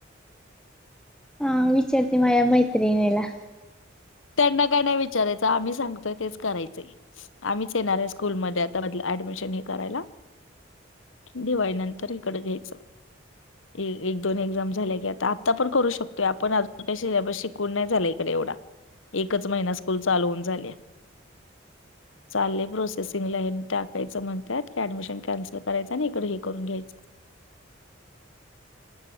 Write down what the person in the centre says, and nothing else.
हा विचारते माझ मैत्रीनला.
ह
ह. <inaudible>